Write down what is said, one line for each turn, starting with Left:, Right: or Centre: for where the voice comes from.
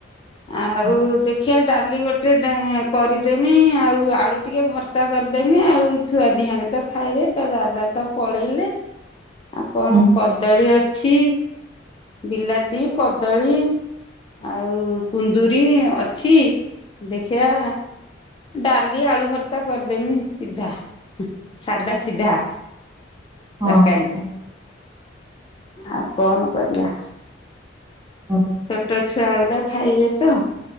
Left: ଆଉ
Right: ହଁ
Left: ଦେଖି ଖିଆ ଡାଲି ଗୋଟେ କରିଦେମି ଆଉ ଆଳୁ ଟିକେ ଭର୍ତ୍ତା କରିଦେମି ଆଉ ଛୁଆ ଦିହାଁକେତ ଖାଇବେ ତ ଦାଦା ତ ପଳେଇଲେ ଆଉ କଣ
Right: ହୁଁ
Left: କଦଳୀ ଅଛି ବିଲାତି କଦଳୀ ଆଉ କୁନ୍ଦୁରି ଅଛି ଦେଖିବା ଡାଲି ଆଳୁ ଭର୍ତା କରିଦେମି ସିଧା ସାଧା ସିଧା।
Right: ହଁ
Left: ତରକାରି।
Right: ହୁଁ
Left: ଆଉ କଣ କରିବା?
Right: ହୁଁ
Left: ଛୋଟ ଛୁଆ ଗୁଡା ଖାଇବେ ତ।